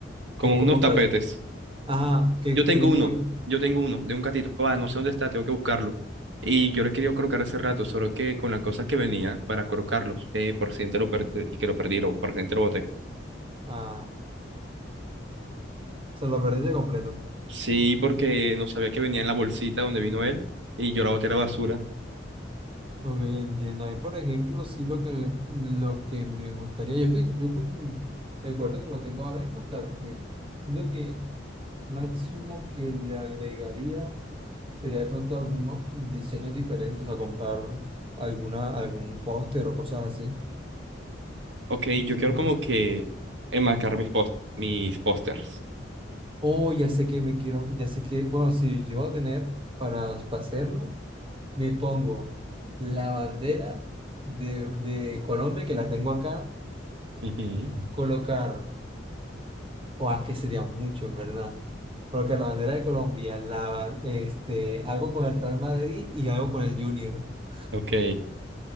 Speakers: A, on the right; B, on the right.
A: como
B: que es como
A: unos tapetes.
B: que a veces, ajá, que
A: Yo tengo
B: tienen
A: uno,
B: como,
A: yo tengo uno de un gatito. Ah, no sé dónde está, tengo que buscarlo. Y yo lo he querido colocar hace rato, solo que con las cosas que venía para colocarlos, eh, por si te lo per- y que lo perdí, o por si te lo boté.
B: ah, o sea, lo perdiste completo.
A: Sí, porque no sabía que venía en la bolsita donde vino él y yo la boté a la basura.
B: Ok, entiendo. Ahí, por ejemplo, sí lo que, lo que me gustaría, yo, soy- yo con el cuarto como lo tengo ahora mismo está bien. Siento que máximo que le agregaría. Sería de pronto algún mo- diseño diferente, o sea, comprar alguna, algún póster o cosas así.
A: Ok,
B: Diseño.
A: yo quiero como que enmarcar mis post mis pósters.
B: Oh, ya sé que me quiero, ya sé que, bueno, si yo voy a tener para, para hacerlo, me pongo la bandera de, de Colombia, que la tengo acá,
A: Ujú,
B: colocar, o que sería mucho, en ¿verdad? Colocar la bandera de Colombia, la, ba- este, algo con el Real Madrid y algo con el Junior. <laughs>
A: Ok,